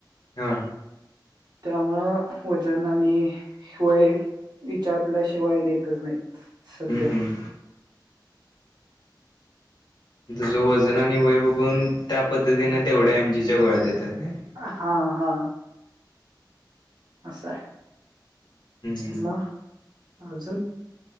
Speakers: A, on the left (about 70°); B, on the right (about 65°).
A: हा
B: त्यामुळं वजन आणि शिय विचारल्याशिवाय देतच नाही सध्या
A: हम्म, हम्म. तुझं वजन आणि वय बघुन त्या पद्धतीने तेवढ्या एमजी च्या गोळ्या देतात. काय हम्म
B: हा, हा. असायं.
A: हम्म
B: म अजून